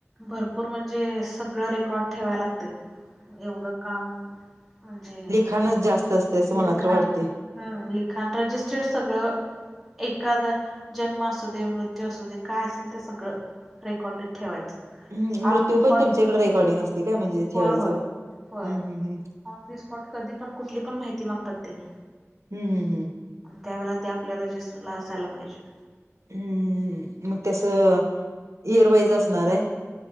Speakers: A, in the centre; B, on the right (about 90°).
A: भरपूर म्हणजे सगळं रेकॉर्ड ठेवाय लागतंय. एवढं काम म्हणजे
B: त्यानेच जास्त असते असं मला
A: लिखाण
B: तर वाटते
A: हम्म लिखाण रजिस्टेड सगळं एकादा जन्म असू दे मृत्यू असू दे काय असेल ते सगळं रेकॉर्डेड ठेवायचं.
B: हम्म
A: ऑन
B: मृत्यू
A: द स्पॉट
B: पण तुमच्याकडे रेकॉर्डिंग असतेय काय म्हणजे ठेवायचं.
A: होय होय होय
B: हम्म हम्म हम्म
A: ऑन दी स्पॉट कधी पण कुठली पण माहिती माग तर त्यांनी
B: हम्म हम्म हम्म
A: त्यावेळेला ते आपल्या रजिस्टरला असायला पाहिजे.
B: हम्म हम्म मगं तस इयरवाईज असणार आहे?